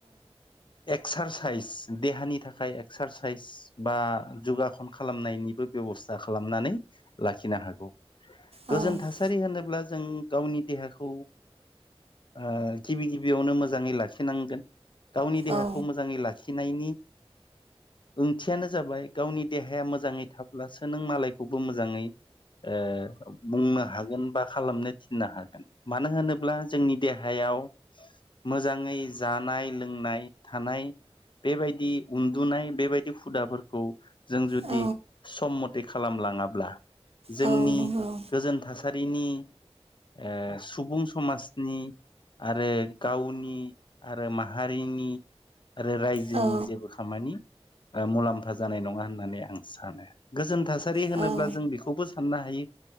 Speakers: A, on the left; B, on the right.
A: एक्सारसाइस देहानि थाखाय एक्सारसाइस बा जगाखन खालामनायनि बो बेबसथा खालामनानै लाखिनो हागौ। दा
B: औ
A: जों थासा थासारि होनोब्ला जों गावनि देहाखौ ओ गिबि गिबियावनो मोजाङै लाखिनांगोन गावनि देहाखौ
B: औ
A: मोजाङै लाखि नायनि ओंथियानो जाबाय गावनि देहाया मोजाङै थाब्लासो नों मालायखौबो मोजाङै ए बुंनो हागोन बा खालामनो थिननो हागोन मानो होनोब्ला जोंनि देहायाव मोजाङै जानाय- लोंनाय थानाय बेबायदि उन्दुनाय बेबायदि हुदाफोरखौ जों जुदि
B: औ
A: सम मथे खालामब्ला लाङाब्ला जोंनि
B: औ नंगौ
A: गोजोन थासारिनि ओ सुबुं समाजनि आरो गावनि आरो माहारिनि आरो रायजोनि
B: औ
A: जेबो खामानि ओ मुलाम्फा जानाय नङा होननानै आं सानो गोजोन थासारि होनोब्ला
B: औ
A: जों बेखौबो साननो हायो यो